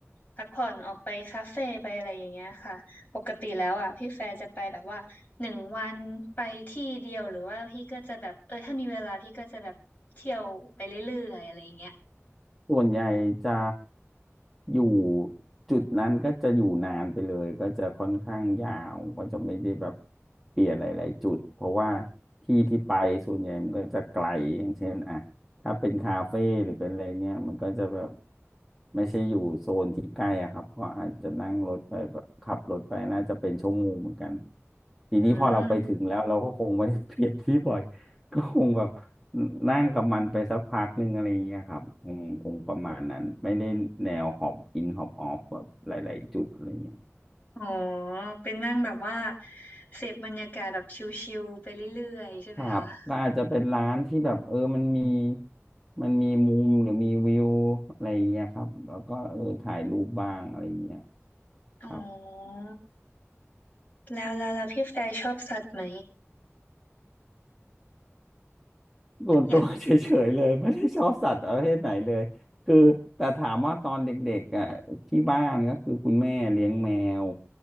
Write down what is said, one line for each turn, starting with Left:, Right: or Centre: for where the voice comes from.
Left: พักผ่อนออกไปคาเฟ่ไปอะไรอย่างเงี้ยค่ะปกติแล้วอ่ะพี่แฟร์จะไปแบบว่าหนึ่งวันไปที่เดียวหรือว่าพี่ก็จะแบบเออถ้ามีเวลาพี่ก็จะแบบเที่ยวไปเรื่อยๆอะไรอย่างเงี้ย
Centre: ส่วนใหญ่จะอยู่จุดนั้นก็จะอยู่นานไปเลยก็จะค่อนข้างยาวก็จะไม่ได้แบบเปลี่ยนหลายๆจุดเพราะว่าที่ที่ไปส่วนใหญ่มันก็จะไกลอย่างเช่นอ่ะถ้าเป็นคาเฟ่หรือเป็นอะไรเนี่ยมันก็จะแบบไม่ใช่อยู่โซนที่ใกล้อะครับก็อาจจะนั่งรถไปแบบขับรถไปน่าจะเป็นชั่วโมงเหมือนกันทีนี้พอเราไปถึงแล้วเราก็คงไม่ได้เปลี่ยนที่บ่อย
Left: อืม
Centre: <laughs> ก็คงแบบ นั่งกับมันไปสักพักหนึ่งอะไรอย่างเงี้ยครับอืมคงประมาณนั้นไม่ได้แนวฮอบอินฮอบออฟแบบหลายๆจุดอะไรเงี้ย
Left: อ๋อเป็นนั่งแบบว่าเสพบรรยากาศแบบชิลๆไปเรื่อยๆใช่ไหมคะ
Centre: ครับก็อาจจะเป็นร้านที่แบบเออมันมีมันมีมุมหรือมีวิวอะไรอย่างเงี้ยครับแล้วก็เออถ่ายรูปบ้างอะไรอย่างเงี้ย
Left: อ๋อ
Centre: ครับ
Left: แล้วแล้วแล้วพี่แฟร์ชอบสัตว์ไหม
Centre: ส่วนตัว
Left: อยาก
Centre: <laughs> เฉยๆเลย <laughs> ไม่ได้ชอบสัตว์ประเภทไหนเลยคือแต่ถามว่าตอนเด็กๆอ่ะที่บ้านก็คือคุณแม่เลี้ยงแมว